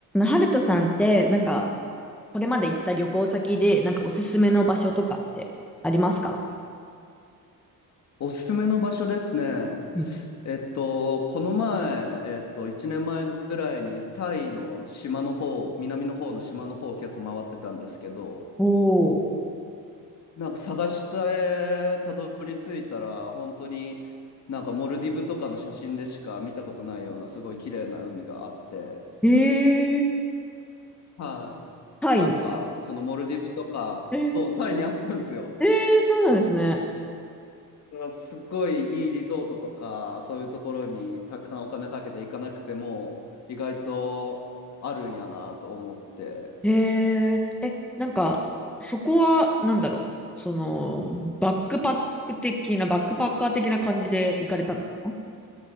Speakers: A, in the centre; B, on the left (about 50°).
A: ハルトさんって、なんか、これまで行った旅行先で、なんかおすすめの場所とかってありますか
B: おすすめの場所ですね。
A: うん
B: えっと、この前、えっと、1年前ぐらいにタイの島の方、南の方の島の方を結構回ってたんですけど、
A: おー。
B: なんか探してたどり着いたら、本当になんかモルディブとかの写真でしか見たことないようなすごい綺麗な海があって、
A: えー、
B: はい。
A: タイに。
B: なんかそのモルディブとか、
A: えー、
B: そう、タイにあったんですよ。
A: えー、そうなんですね。
B: あすっごいいいリゾートとか、そういうところにたくさんお金かけて行かなくても、意外とあるんやなと思って。
A: えー、え、なんか、そこは、なんだろう。その、バックパック的な、バックパッカー的な感じで行かれたんですか